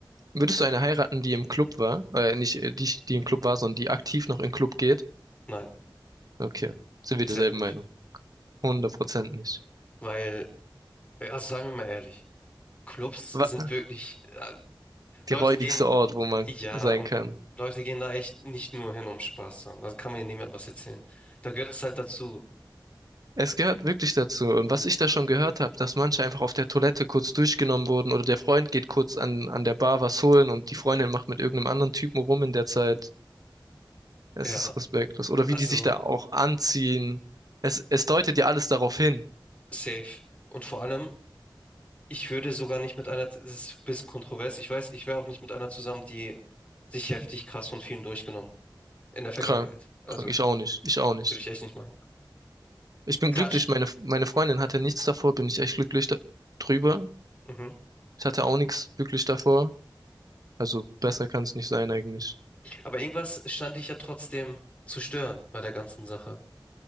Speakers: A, on the right; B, on the left.
A: Würdest du eine heiraten, die im Club war, äh, nicht, äh, die, die im Club war, sondern die aktiv noch im Club geht?
B: Nein,
A: Okay, sind wir
B: safe
A: derselben
B: nicht.
A: Meinung? Hundert Prozent nicht.
B: Weil Also sagen wir mal ehrlich, Clubs sind
A: Wa-
B: wirklich, äh, Leute
A: Die räudigste
B: gehen,
A: Ort, wo man
B: ja,
A: sein
B: und
A: kann.
B: Leute gehen da echt nicht nur hin, um Spaß zu haben. Da kann mir niemand was erzählen. Da gehört es halt dazu.
A: Es gehört wirklich dazu. Und was ich da schon gehört habe, dass manche einfach auf der Toilette kurz durchgenommen wurden oder der Freund geht kurz an, an der Bar was holen und die Freundin macht mit irgendeinem anderen Typen rum in der Zeit. Es
B: Ja,
A: ist respektlos. Oder
B: also
A: wie die sich da auch anziehen. Es, es deutet ja alles darauf hin.
B: safe. Und vor allem, ich würde sogar nicht mit einer, das ist ein bisschen kontrovers, ich weiß, ich wäre auch nicht mit einer zusammen, die sich heftig krass von vielen durchgenommen. In der Vergangenheit.
A: Krank,
B: Also
A: krank. Ich auch nicht. Ich auch nicht.
B: würde ich echt nicht machen.
A: Ich bin
B: Klar,
A: glücklich.
B: sch-
A: Meine, meine Freundin hatte nichts davor. Bin ich echt glücklich da drüber.
B: mhm.
A: Ich hatte auch nichts wirklich davor. Also besser kann es nicht sein eigentlich.
B: Aber irgendwas stand ich ja trotzdem zu stören bei der ganzen Sache.